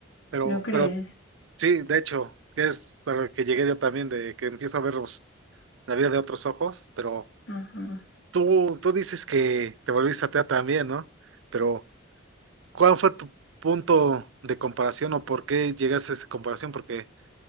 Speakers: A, on the right; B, on the left.
A: Pero,
B: ¿No crees?
A: pero sí, de hecho, que es a lo que llegué yo también, de que empiezo a ver los- la vida de otros ojos, pero
B: Ajá.
A: tú, tú dices que te volviste atea también, ¿no? Pero, ¿cuál fue tu punto de comparación o por qué llegaste a esa comparación? Porque,